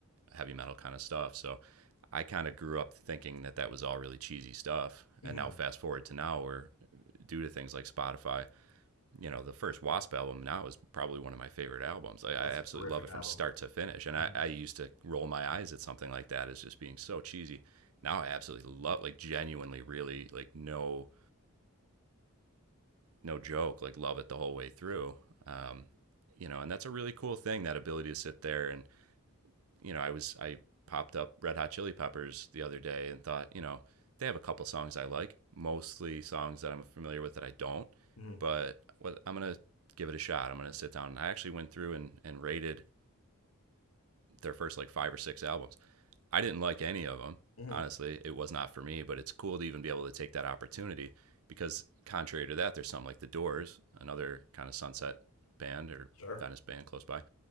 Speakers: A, on the right; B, on the left.
A: heavy metal kind of stuff. So I kind of grew up thinking that that was all really cheesy stuff.
B: Mm-hmm.
A: And now fast forward to now where due to things like Spotify, you know, the first Wasp album now is probably one of my favorite albums. I, I
B: That's
A: absolutely
B: a terrific
A: love it
B: album.
A: from start to finish. And
B: Mm-hmm.
A: I, I used to roll my eyes at something like that as just being so cheesy. Now I absolutely love like genuinely really like no no joke, like love it the whole way through. Um, you know, and that's a really cool thing, that ability to sit there and you know, I was I popped up Red Hot Chili Peppers the other day and thought, you know, they have a couple songs I like, mostly songs that I'm familiar with that I don't,
B: Mm-hmm.
A: but I'm gonna give it a shot. I'm gonna sit down and I actually went through and and rated their first like five or six albums. I didn't like any of them.
B: Mm-hmm.
A: Honestly, it was not for me, but it's cool to even be able to take that opportunity because contrary to that, there's something like The Doors, another kind of sunset band or
B: Sure.
A: Venice band close by